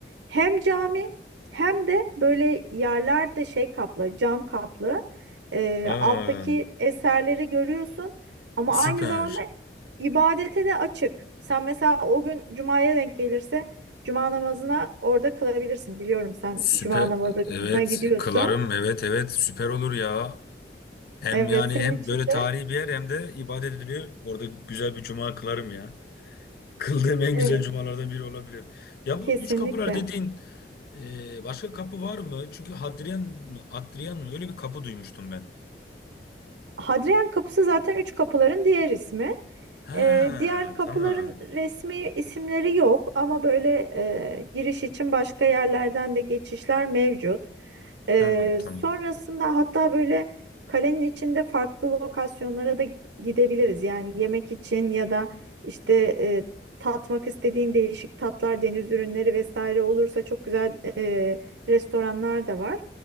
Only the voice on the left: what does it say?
Aa
süper.
Süper
evet
kılarım evet evet süper olur ya. Hem
yani
hem
böyle
tarihi bir yer hem de ibadet ediliyor. Orada güzel bir cuma kılarım ya. <laughs> Kıldığım en
güzel cumalardan biri olabilir. Ya
bu üç kapılar dediğin e, başka kapı var mı? Çünkü Hadrian mı? Hadrian mı? Öyle bir kapı duymuştum ben.
Ha
tamam.
Tamam tamam.